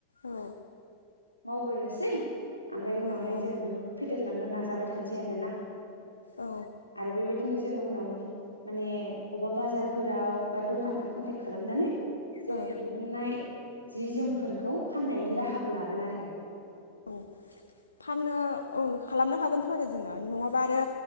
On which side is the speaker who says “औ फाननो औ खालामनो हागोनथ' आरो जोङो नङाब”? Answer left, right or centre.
Left